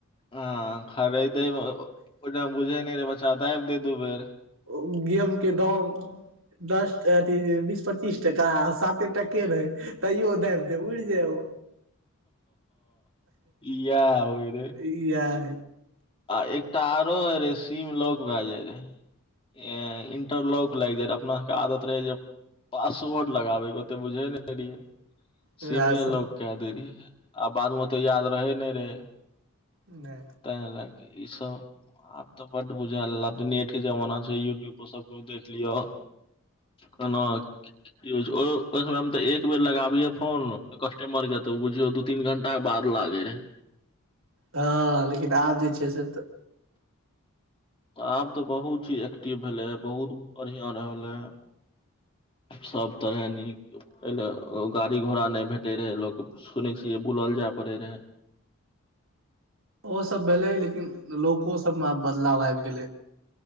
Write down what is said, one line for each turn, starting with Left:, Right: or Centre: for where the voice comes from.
Left: हँ खरीदे ओहिठम बुझे नहि रहे बच्चा दबि दे दू बेर
Right: ओ गेमके दाम दस अथी बीस पच्चीस टका आ साते टके रहै तैयो दैब दे उड़ि जाय ओ
Left: येह होय रहै
Right: इयाह
Left: आ एकटा आरो होय रहे सीम लक भए जाय रहे एं इंटरलॉक लागि जाइ रहे अपना सभके आदत रहै जे पासवर्ड लगाबैके ओते बुझै नहि रहियै
Right: इएह
Left: सीमे
Right: सब
Left: लोक केय दै रहियै आ बादमे ओते याद रहै नहि रहै
Right: नै
Left: तै लाग ई सब आब तऽ बड बुझायल आ त नेट के जमाना छै यूट्यूब पर सबकछु देख लिय कना यूज हो छै अ ओहि समय तऽ एक बेर लगाबिये फोन कस्टमर के तऽ बुझियौ दुत तीन घण्टा के बाद लागै रहै
Right: हँ लेकिन आब जे छै से तऽ
Left: आब तऽ बहुत ही एक्टिव भेलै ह बहुत बढ़िया रहलै सब तरहें नीक ए लेय गाड़ी घोड़ा नहि भेटे रहै लोक सुनै छिय बुलल जाय पड़े रहै
Right: ओ सब भेलै लेकिन लोको सबमे आब बदलाव आबि गेलै